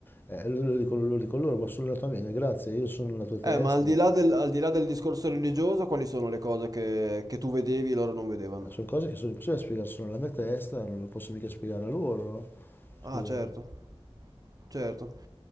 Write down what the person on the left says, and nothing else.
Eh, lo, lo dico, lo dico loro, ma sono nella tua mente, grazie, io sono nella tua testa,
ma-
sono cose che sono impossibili da spiegare, sono nella mia testa, non le posso mica spiegare a loro, no? Scusa.